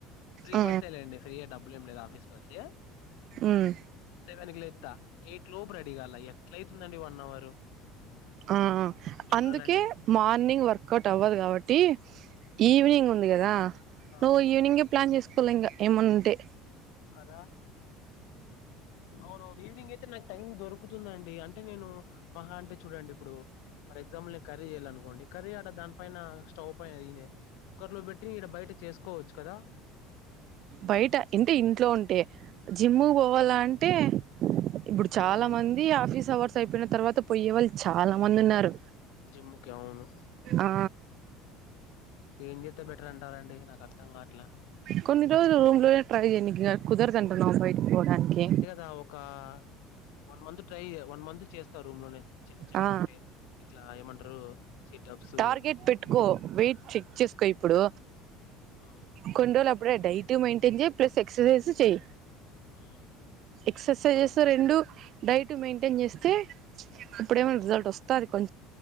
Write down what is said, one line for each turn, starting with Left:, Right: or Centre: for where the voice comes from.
Left: ఫ్రీ
Right: ఆ
Left: బస్సేలేండి ఫ్రీయే డబ్బులు ఏం లేదు ఆఫీస్ బస్సే
Right: మ్మ్
Left: సెవెన్ కి లేెత్తా ఎయిట్ లోపు రెడీగాల్ల ఎట్లయితుందండి వన్ అవర్
Right: ఆ
Left: చూడాలండి
Right: అందుకే మార్నింగ్ వర్కౌట్ అవ్వదు కాబట్టి ఈవినింగ్ ఉంది కదా
Left: ఆ
Right: నువ్వు ఈవినింగే ప్లాన్ చేసుకోవాల ఇంకా ఏమనుంటే
Left: కదా అవునవును ఈవినింగ్ అయితే నాకు టైం దొరుకుతుందండి అంటే నేను మహ అంటే చూడండి ఇప్పుడు ఫర్ ఎగ్జాంపుల్ నే కర్రీ చేయాలనుకోండి కర్రీ అడ దానిపైన స్టవ్ పైనే కుక్కర్ లో పెట్టి ఈడ బయట చేసుకోవచ్చు కదా
Right: బయట ఇంటి ఇంట్లో ఉంటే జిమ్ పోవాల అంటే ఇప్పుడు
Left: మ్మ్
Right: చాలా మంది ఆఫీస్ అవర్స్ అయిపోయిన తర్వాత పోయే వాళ్ళు చాలా మంది ఉన్నారు
Left: జిమ్ముకి అవును
Right: ఆ
Left: ఏం చెత్తే బెటర్ అంటారండి నాకు అర్థంగాట్ల
Right: కొన్ని రోజులు రూమ్ లోనే ట్రై చేయనికి కాని కుదరతుంటన్నావు బయటికి పోవడానికి
Left: ఆ ఒకా వన్ మంత్ ట్రై చెయ్యి వన్ మంత్ చేస్తా రూమ్ లోనే చిన్న చిన్నగా
Right: ఆ
Left: అంటే ఇట్లా ఏమంటారు సిట్అప్స్
Right: టార్గెట్ పెట్టుకో వెయిట్ చెక్ చేసుకో ఇప్పుడు
Left: ఉ
Right: కొన్ని రోజులు అప్పుడే డైట్ మెయింటైన్ చెయ్ ప్లస్ ఎక్సర్సైజ్ చెయి
Left: ఉమ్,
Right: ఎక్సర్సైజస్
Left: ఆ,
Right: రెండు డైట్ మెయింటైన్ చేస్తే ఇప్పుడేమో
Left: ఉమ్,
Right: రిజల్ట్ వస్తాది కొం